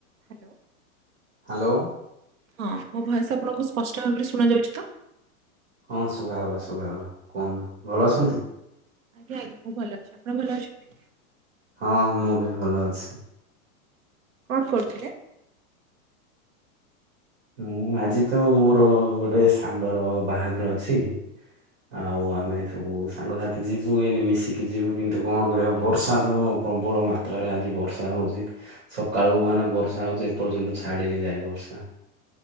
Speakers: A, on the right (about 65°); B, on the right (about 45°).
A: Hello.
B: Hello.
A: ହଁ ମୋ voice ଆପଣଙ୍କୁ ସ୍ପଷ୍ଟ ଭାବରେ ଶୁଣ ଯାଉଛି ତ?
B: ହଁ ଶୁଭାଗଲା ଶୁଭାଗଲା କୁହନ୍ତୁ ଭଲ ଅଛନ୍ତି।
A: ଆଜ୍ଞା ଆଜ୍ଞା ମୁଁ ଭଲ ଅଛି। ଆପଣ ଭଲ ଅଛନ୍ତି?
B: ହଁ ମୁଁ ବି ଭଲ ଅଛି।
A: କଣ କରୁଥିଲେ?
B: ହୁଁ ଆଜି ତ ମୋର ଗୋଟେ ସାଙ୍ଗର ବାହାଘର ଅଛି।
A: ଆଜ୍ଞା
B: ଆଉ ଆମେ ସବୁ ସାଙ୍ଗସାଥି ଯିବୁ ଏଇନେ ମିଶିକି ଯିବୁ କିନ୍ତୁ କଣ କରିବା ବର୍ଷା ତ ପ୍ରବଳ ମାତ୍ର ଯାତ୍ରାରେ ଆଜି ବର୍ଷା ହଉଛି ସକାଳକୁ ମାନେ ବର୍ଷା ହଉଛି ଏପର୍ଯ୍ୟନ୍ତ ଛାଡିିନି ଯାଏ ବର୍ଷା